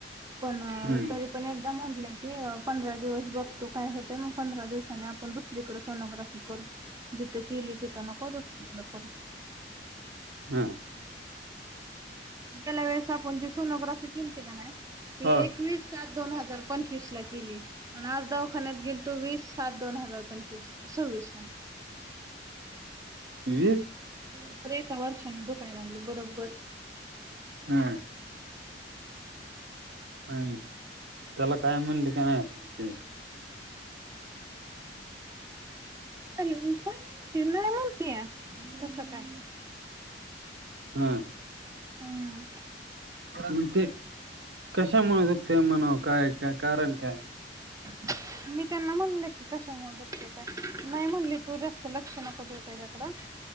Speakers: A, on the right; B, on the right.
A: पण
B: हम्म
A: तरी पण एक दा म्हटलं की पंधरा दिवस बघतो काय होतय, मग पंधरा दिवसानी आपण दुसरीकडे सोनोग्राफी करू. जिथे केली तिथ नको, दुसरी कड करू.
B: हं.
A: गेल्या वेळेस आपण जे सोनोग्राफी केलती का नाय, ती
B: हा
A: एकवीस सात -दोन हजार पंचवीस ला, केली. आणि आज दवाखान्यात गेल तो, वीस सात दोन हजार पंचवीस सव्वीस ला
B: ईई.
A: बरोबर एका वर्षाने धुकाया लागलं बरोबर
B: ह्म. ह्म. त्याला काय म्हणली का नाही? ते
A: हम्. काय माहिती नाही बोलतंतीया तस काय?
B: हा
A: हम्म.
B: मग ते कशा मुळे दखते म्हण काय का कारण काय?
A: <unintelligible> मी त्यांना म्हणले की कशामुळे दुख का, नाही म्हणली तू जास्त लक्ष नको दू त्याच्यात